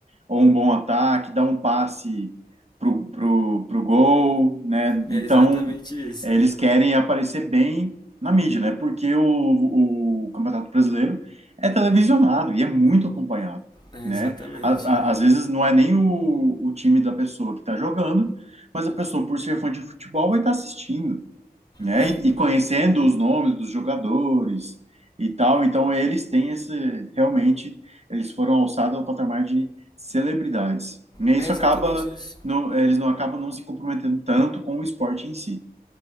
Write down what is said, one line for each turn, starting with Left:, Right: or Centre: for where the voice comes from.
Right: Ou um bom ataque, dá um passe pro, pro, pro gol, né?
Left: É
Right: Então,
Left: exatamente isso.
Right: eh, eles querem aparecer bem na mídia, né? Porque o, o Campeonato Brasileiro é televisionado e é muito acompanhado,
Left: É
Right: né?
Left: exatamente.
Right: A- a- Às vezes não é nem o, o time da pessoa que está jogando, mas a pessoa, por ser fã de futebol, vai estar assistindo né?
Left: É,
Right: E, e conhecendo os nomes dos jogadores e tal, então eles têm esse, realmente, eles foram alçados ao patamar de celebridades. E isso
Left: é exatamente
Right: acaba,
Left: isso.
Right: não- eles não acabam não se comprometendo tanto com o esporte em si.